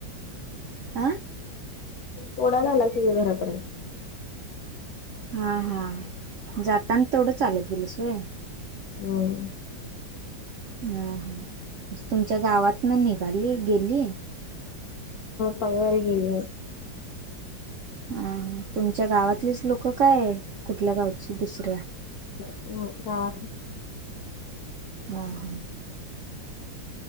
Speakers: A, on the right (about 75°); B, on the left (about 75°).
A: आं
B: तोडायला आला कि घरापर्यंत
A: हा हा जाताना तेवढं चालत गेलंसय
B: हम्म
A: ह ह तुमच्या गावात ना निघाली गेली
B: पायवारीे गेली
A: अ तुमच्या गावातलीच लोक काय आहे कुठल्या गावची दुसऱ्या
B: नाही गावातलीच
A: हा हा